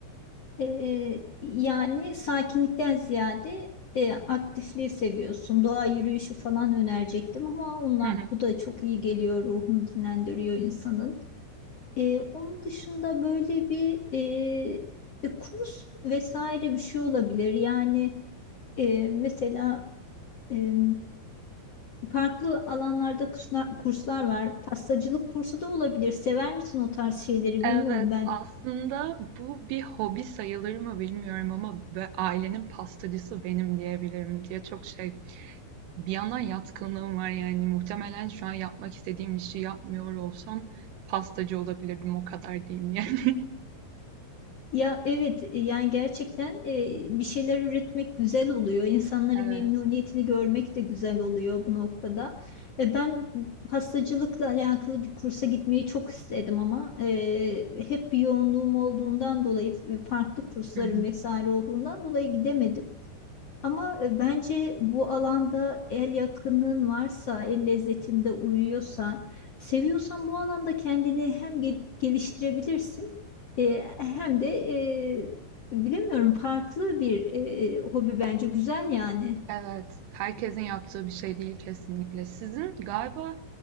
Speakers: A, on the left; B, on the right.
A: Ee, yani sakinlikten ziyade e, aktifliği seviyorsun. Doğa yürüyüşü falan önerecektim ama onlar,
B: <laughs>
A: bu da çok iyi geliyor. Ruhunu dinlendiriyor insanın. Ee, onun dışında böyle bir e, e, kurs vesaire bir şey olabilir. Yani e, mesela e, farklı alanlarda kurslar, kurslar var. Pastacılık kursu da olabilir. Sever misin o tarz şeyleri bilmiyorum.
B: Evet,
A: Ben
B: aslında bu bir hobi sayılır mı bilmiyorum ama ailenin pastacısı benim diyebilirim diye çok şey. Bir yana yatkınlığım var yani muhtemelen şu an yapmak istediğim işi yapmıyor olsam pastacı olabilirdim o kadar diyeyim yani.
A: Ya evet e, yani gerçekten e, bir şeyler üretmek güzel oluyor. İnsanların
B: <laughs> Evet.
A: memnuniyetini görmek de güzel oluyor bu noktada. E, ben pastacılıkla alakalı bir kursa gitmeyi çok istedim ama e, hep bir yoğunluğum olduğundan dolayı e, farklı kurslarım
B: Hı hı.
A: vesaire olduğundan dolayı gidemedim. Ama e, bence bu alanda el yatkınlığın varsa, el lezzetinde uyuyorsa, seviyorsan bu alanda kendini hem gel- geliştirebilirsin e, hem de e, bilemiyorum farklı bir e, hobi bence güzel yani.
B: Evet, herkesin yaptığı bir şey değil kesinlikle. Sizin galiba